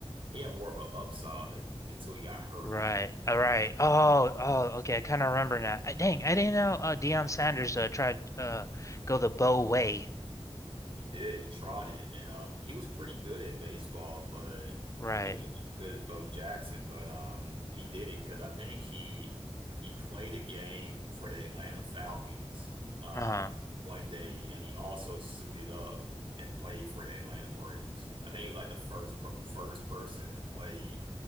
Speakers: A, on the right; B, on the left.
A: he had more of an upside until he got hurt.
B: Right. All right. Oh, oh, okay. I kind of remember now. Uh, Dang, I didn't know uh Deion Sanders uh tried uh go the Bow way.
A: He did. He tried it, and um, he was pretty good at baseball, but
B: Right.
A: he wasn't as good as Bo Jackson. But um, he did it because I think he he played a game for the Atlanta Falcons um,
B: Uh-huh.
A: one day, and he also suited up and played for the Atlanta Braves. I think he was like the first per first person to play